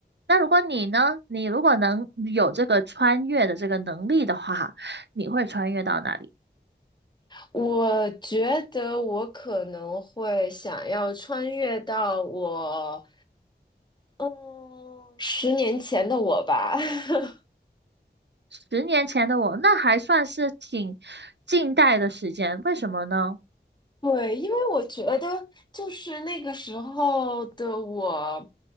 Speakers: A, on the right; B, on the left.
A: 那如果你呢？你如果能有这个穿越的这个能力的话，你会穿越到哪里？
B: 我觉得我可能会想要穿越到我嗯十年前的我吧，<laughs>
A: 十年前的我，那还算是挺近代的时间，为什么呢？
B: 对，因为我觉得就是那个时候的我